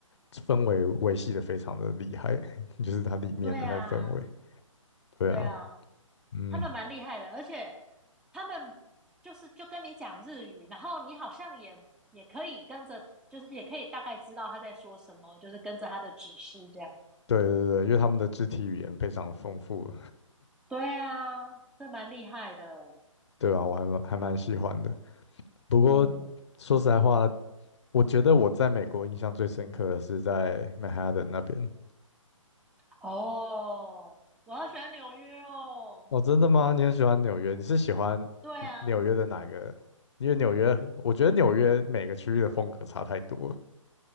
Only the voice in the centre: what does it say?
对啊
对啊，
他们蛮厉害的，而且他们就是就跟你讲日语，然后你好像也也可以跟着，就是也可以大概知道他在说什么，就是跟着他的指示这样。
对啊，这蛮厉害的。
嗯，
哦，我好喜欢纽约哦。
对啊，